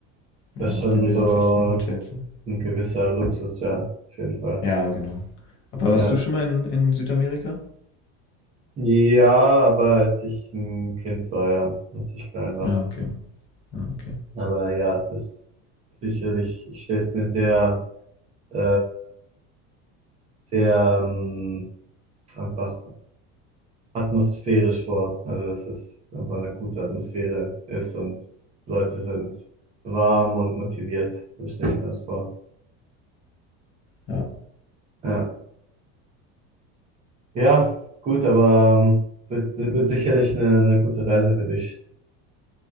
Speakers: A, on the left (about 35°); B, on the right (about 20°).
A: ja,
B: das ist
A: nach
B: schon
A: den Bildern
B: so
A: fast ein Hotelzimmer.
B: ein gewisser Luxus, ja, auf jeden Fall.
A: Ja, genau. Aber
B: Ja,
A: warst du schon mal in, in Südamerika?
B: ja, aber als ich ein Kind war, ja, als ich klein war.
A: Ja, okay. Ja, okay.
B: Aber ja, es ist sicherlich, ich stelle es mir sehr, äh, sehr ähm, einfach atmosphärisch vor. Also dass es einfach eine gute Atmosphäre ist und Leute sind warm und motiviert. So stelle ich mir das vor.
A: Ja,
B: Ja, ja, gut, aber ähm, wird, wird sicherlich eine, eine gute Reise für dich.